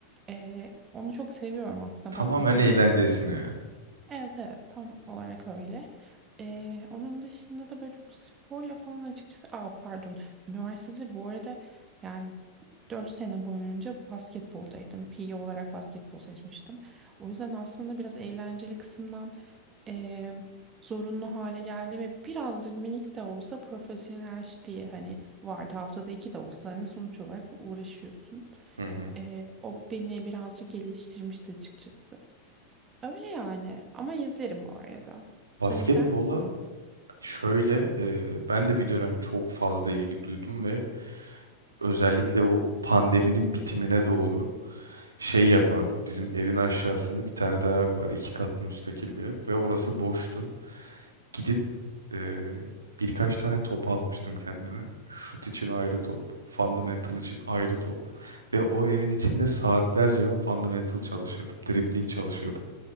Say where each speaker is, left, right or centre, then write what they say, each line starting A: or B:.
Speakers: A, on the right; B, on the right.
A: Ee, onu çok seviyorum aslında
B: Tamamen
A: basketbol.
B: eğlencesine yani.
A: Evet evet tam olarak öyle. Ee, onun dışında da böyle çok sporla falan açıkçası. Aa pardon. Üniversitede bu arada yani 4 sene boyunca basketboldaydım. PE olarak basketbol seçmiştim. O yüzden aslında biraz eğlenceli kısımdan eee, zorunlu hale geldi ve birazcık minik de olsa profesyonel diye hani vardı haftada iki de olsa hani sonuç olarak uğraşıyorsun.
B: Hı hı.
A: Eee, o beni birazcık geliştirmişti açıkçası. Öyle yani. Ama izlerim bu arada.
B: Basketbola
A: Sen izler misin?
B: şöyle e, ben de bir dönem çok fazla ilgi duydum ve özellikle o pandeminin bitimine doğru şey yapardım. Bizim evin aşağısında bir tane daha ev var. iki katlı müstakil bir ev ve orası boştu. Gidip e, birkaç tane top almıştım kendime. Şut için ayrı top, fundamental için ayrı top. Ve o evin içinde saatlerce ben fundamental çalışırdım, dribbling çalışırdım.